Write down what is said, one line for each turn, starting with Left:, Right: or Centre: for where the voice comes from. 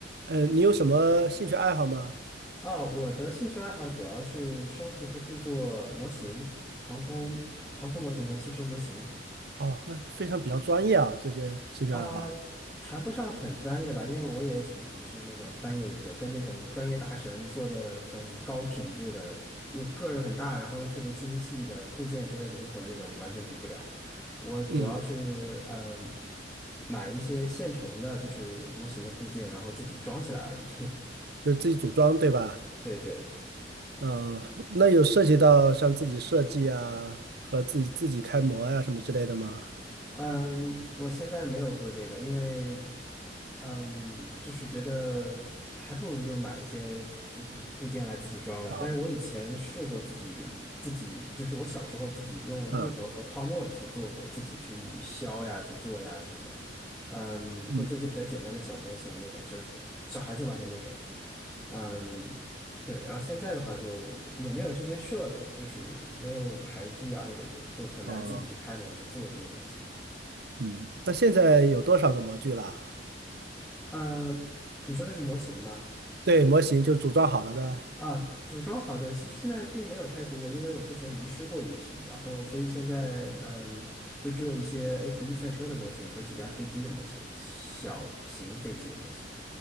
Right: 呃，你有什么兴趣爱好吗？
Centre: 啊，我的兴趣爱好主要是收集和制作模型，航空航空模型和汽车模型
Right: 哦，那非常比较专业啊，这些兴趣爱好。
Centre: 啊，谈不上很专业吧，因为我也属于是那种半业余的，跟那种专业大神做的很高品质的，又个儿很大，然后又特别精细的部件也特别灵活的那种，完全比不了。我主要是嗯，
Right: 嗯，
Centre: 买一些现成的，就是模型的部件，然后自己装起来而已。
Right: 就自己组装，对吧？
Centre: <laughs> 对对。
Right: 呃，那有涉及到像自己设计啊，和自己自己开模呀、什么之类的吗？
Centre: 嗯，我现在没有做这个，因为，嗯，就是觉得还不如就买一些组部部件来自己装了。
Right: 啊，
Centre: 但是我以前试过自己自己，就是我小时候自己用木头和泡沫去做过，
Right: 啊，
Centre: 自己去削呀、去做呀什么的。嗯，会做一些比较简单的小模型那种，
Right: 嗯，
Centre: 就是小孩子玩的那种。嗯，对。然后现在的话就也没有这些设备，就是没有台锯啊或者一些，就很难自己去开模去做这些东西。
Right: 哦，嗯，那现在有多少个模具了？
Centre: 呃，你说的是模型吗？
Right: 对，模型就组装好了的。
Centre: 啊，组装好的，其实现在并没有太多，因为我之前遗失过一批，然后所以现在嗯，就只有一些 f 一赛车的模型和几架飞机的模型，小型飞机的模型。